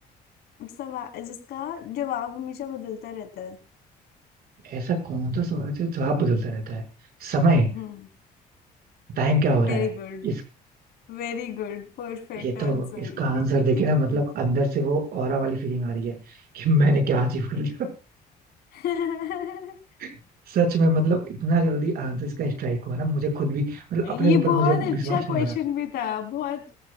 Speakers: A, on the left; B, on the right.
A: सवाल जिसका जवाब हमेशा बदलता रहता है
B: ऐसा कौन सा सवाल है जो जवाब बदलता रहता है समय
A: Hmm
B: टाइम क्या हो रहा
A: Very
B: है
A: good very good perfect
B: ये तो
A: answer
B: इसका आंसर
A: बिल्कुल
B: देखे
A: ठीक
B: ना मतलब
A: आंसर
B: अंदर से वो ऑरा वाली फीलिंग आ रही है कि मैंने क्या अचीव कर लिया
A: <laughs>
B: <laughs> सच में मतलब इतना जल्दी आंसर इसका स्ट्राइक हुआ ना मुझे खुद भी मतलब
A: ये
B: अपने ऊपर
A: बहुत
B: मुझे विश्वास
A: अच्छा
B: नहीं
A: क्वेश्चन
B: हो रहा
A: भी था बहुत